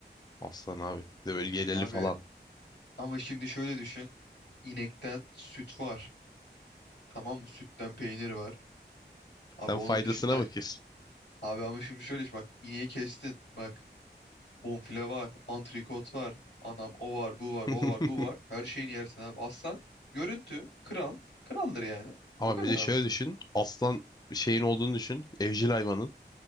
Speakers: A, on the left; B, on the left.
A: Aslan abi. Bir de böyle yeleli
B: Abi
A: falan.
B: ama şimdi şöyle düşün. İnekten süt var. Tamam mı? Sütten peynir var.
A: Sen
B: Abi onun
A: faydasına
B: dışında
A: bakıyorsun.
B: Abi ama şimdi şöyle iş bak ineği kestin. Bak bonfile var, antrikot var, anam o var, bu var,
A: <laughs>
B: o var, bu var. Her şeyini yersin abi. Aslan görüntü kral. Kraldır yani.
A: Ama
B: O kadar
A: bir de
B: ama.
A: şöyle düşün. Aslan bir şeyin olduğunu düşün. Evcil hayvanın.